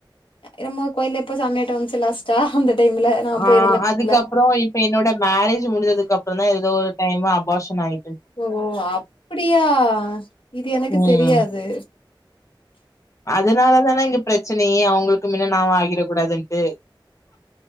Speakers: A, on the left; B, on the left.
A: என்னமோ கோவில்ல எப்போ சாமியாட்டோ வஞ்ச்சு லாஸ்ட்டா அந்த டைம்ல நா
B: ஆ
A: போய் இருந்த டைம்ல
B: அதுக்கப்பறோ இப்ப என்னோட மேரேஜ் முடிஞ்சதுக்கு அப்றோ தா ஏதோ ஒரு டைமு அபாஷன் ஆய்
A: ஓ அப்டியா இது எனக்கு
B: ம்
A: தெரியாது
B: அதுனால தான இங்கப் ப்ரச்சனயே அவங்ளுக்கு மின்ன நா வாங்கி <unintelligible> கூடாதுன்ட்டு